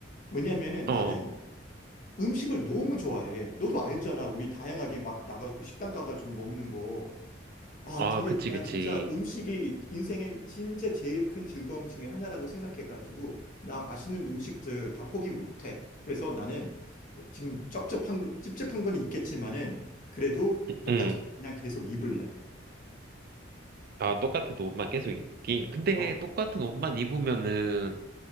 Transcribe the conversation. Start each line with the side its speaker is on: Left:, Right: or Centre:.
Left: 왜냐면은
Right: 어,
Left: 나는 음식을 너무 좋아해. 너도 알잖아. 우리 다양하게 막 나가, 식당 가가지고 먹는 거. 아,
Right: 아,
Left: 근데
Right: 그치,
Left: 난
Right: 그치.
Left: 진짜 음식이 인생의 진짜 제일 큰 즐거움 중에 하나라고 생각해가지고, 나 맛있는 음식들 다 포기 못해. 그래서 나는 지금 쩝쩝한, 거- 찝찝한 건 있겠지만은, 그래도 똑같은
Right: 응,
Left: 거 그냥 계속 입을래.
Right: 아, 똑같은 옷만 계속 입기. 근데
Left: 어.
Right: 똑같은 옷만 입으면은,